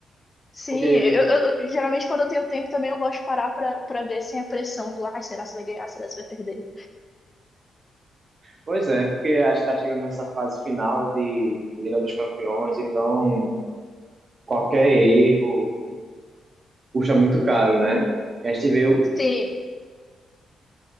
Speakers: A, on the left; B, on the right.
A: sim.
B: Porque,
A: Eu, eu- eu- geralmente, quando eu tenho tempo também, eu gosto de parar pra, pra ver sem a pressão do ai, será que você vai ganhar? Será que você vai perder?
B: pois é, porque a gente está chegando nessa fase final de Liga dos Campeões, então qualquer erro custa muito caro, né? E a gente vê, o-
A: Sim,